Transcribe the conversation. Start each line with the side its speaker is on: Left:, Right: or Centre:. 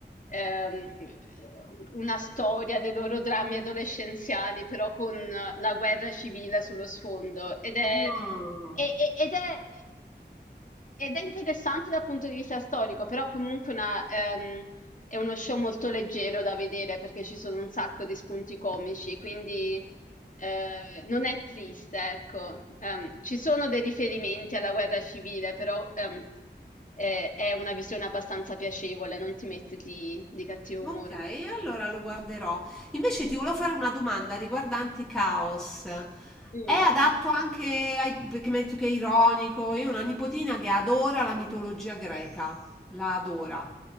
Left: ehm, una storia dei loro drammi adolescenziali, però con la guerra civile sullo sfondo. Ed è,
Centre: Ah.
Left: e- e- ed è, ed è interessante dal punto di vista storico, però comunque una, ehm, è uno show molto leggero da vedere perché ci sono un sacco di spunti comici, quindi... Ehm, non è triste, ecco. Ehm, ci sono dei riferimenti alla guerra civile, però ehm, è, è una visione abbastanza piacevole, non ti mette di, di cattivo umore.
Centre: Okay, allora lo guarderò. Invece ti volevo fare una domanda riguardante Caos. È
Left: Mm.
Centre: adatto anche ai perché mi hai detto che è ironico. Io ho una nipotina che adora la mitologia greca, la adora.